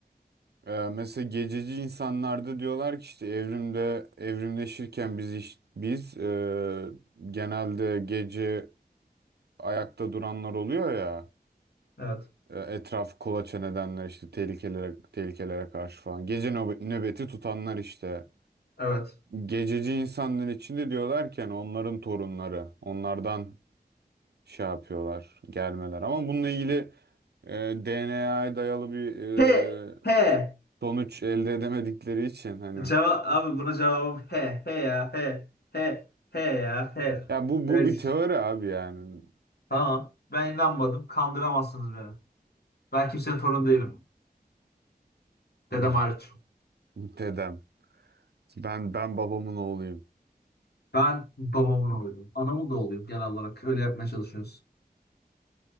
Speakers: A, on the right (about 80°); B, on the left (about 75°).
A: Ee, mesela gececi insanlarda diyorlar ki işte evrimde evrimleşirken biz iş- biz e, genelde gece ayakta duranlar oluyor ya
B: Evet.
A: e, etraf kolaçan edenler işte tehlikelere tehlikelere karşı falan gece nöbe- nöbeti tutanlar işte
B: Evet.
A: gececi insanların içinde diyorlarken onların torunları onlardan şey yapıyorlar gelmeler ama bununla ilgili DNA'ya dayalı bir
B: He,
A: e,
B: he.
A: sonuç elde edemedikleri için hani
B: Cevap abi buna cevabım he he ya he he he ya he.
A: Ya bu bu
B: Öyle.
A: bir teori abi yani.
B: Tamam. Ben inanmadım. Kandıramazsınız beni. Ben kimsenin torunu değilim.
A: <laughs>
B: Dedem hariç.
A: Dedem. Ben ben babamın oğluyum.
B: Ben babamın oğluyum. Anamın da oğluyum genel olarak. Öyle yapmaya çalışıyoruz.